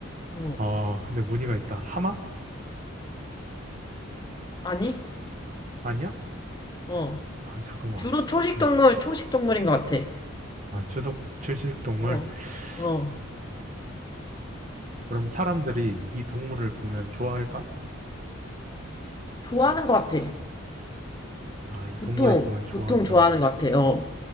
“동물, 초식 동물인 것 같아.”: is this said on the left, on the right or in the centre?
Left